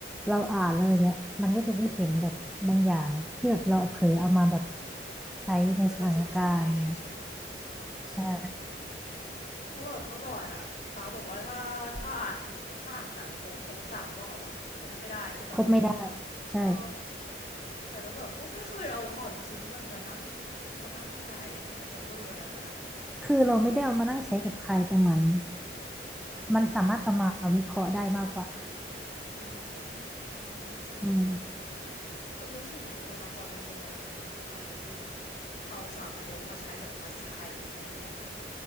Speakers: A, in the centre; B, on the left (about 40°).
A: เราอ่านแล้วอย่างเงี้ยมันก็จะได้เห็นแบบบางอย่างที่แบบเราเผลอเอามาแบบ
B: มัน
A: ใช้ในสถานการณ์อย่างเงี้ย
B: มันก็จะซึมซับมาเองใช่ไหม
A: ใช่
B: เพราะแบบเมื่อก่อนอ่ะป้าบอกว่าถ้าถ้าอ่านถ้าอ่านสามก๊กครบสามรอบอ่ะครบไม่ได้ใช่ปะ
A: ครบไม่ได้ใช่
B: เออแต่ก็แบบก็ไม่เคยเอาความคิดมันมานั่งมานั่งใช้เพราะมันจะเวอร์อะไรขนาดนั้นแต่ก็
A: คือเราไม่ได้เอามานั่งใช้กับใครแต่เหมือน มันสามารถเอามาวิเคราะห์ได้มากกว่า
B: อืมอืมก็จริง
A: อืม
B: ก็นึกถึงไอ้ตัวละครในโคนันมันจะมีแบบตัวหนึ่งที่เอาสามก๊กมาใช้แบบมาใช้จริงๆอะ